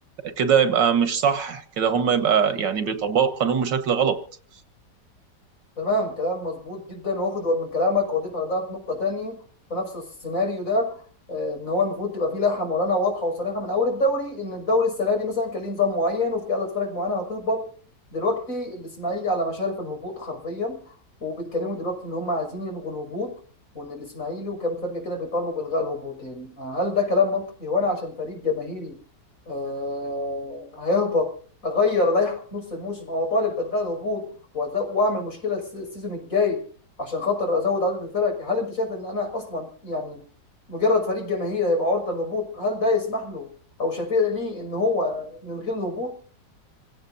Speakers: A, on the right (about 85°); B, on the left (about 50°).
A: كده يبقى مش صح كده هم يبقى يعني بيطبقوا القانون بشكل غلط
B: تمام كلام مظبوط جدا واخد من كلامك واضيف على ده في نقطة تانية في نفس السيناريو ده آه، ان هو المفروض تبقى فيه لائحة معلنة واضحة وصريحة من اول الدوري ان الدوري السنة دي مثلا كان ليه نظام معين وفي عدد فرق معينة هتهبط دلوقتي الاسماعيلي على مشارف الهبوط حرفيا وبيتكلموا دلوقتي ان هم عايزين يلغوا الهبوط وان الاسماعيلي وكام فرقة كده بيطالبوا بإلغاء الهبوطين آه، هل ده كلام منطقي وانا عشان فريق جماهيري آه، هيهبط اغير لائحة في نص الموسم او اطالب بإلغاء الهبوط وأز- واعمل مشكله الس- السيزون الجاي عشان خاطر ازود عدد الفرق هل انت شايف ان انا اصلا يعني مجرد فريق جماهيري هيبقى عرضه للهبوط هل ده يسمح له او شفيع ليه ان هو نلغي الهبوط